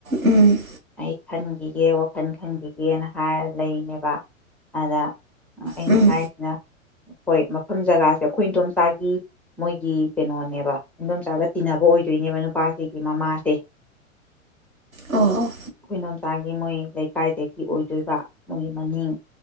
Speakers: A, on the right (about 80°); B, in the centre.
A: ꯎꯝ
B: ꯑꯩ ꯈꯟꯖꯤ ꯒꯦ ꯋꯥꯈꯜ ꯈꯟꯈꯤꯒꯦꯅ ꯍꯥꯏꯔ ꯂꯩꯅꯦꯕ ꯑꯗ ꯑꯩꯅ
A: ꯎꯝ
B: ꯍꯥꯏꯔꯤꯁꯤꯅ ꯍꯣꯏ ꯃꯐꯝ ꯖꯒꯥꯁꯦ ꯈꯈꯣꯏꯗꯣꯝꯆꯥꯒꯤ ꯃꯣꯏꯒꯤ ꯀꯩꯅꯣꯅꯦꯕ ꯏꯗꯣꯝꯆꯥꯒ ꯇꯤꯟꯅꯕ ꯑꯣꯏꯗꯣꯏꯅꯦꯕ ꯅꯨꯄꯥꯁꯤꯒꯤ ꯃꯃꯥꯁꯦ
A: ꯑꯣ ꯑꯣ
B: ꯍꯗꯣꯝꯆꯥꯒꯤ ꯃꯣꯏ ꯂꯩꯀꯥꯏꯗꯒꯤ ꯑꯣꯏꯗꯣꯏꯕ ꯃꯣꯏ ꯃꯅꯤꯡ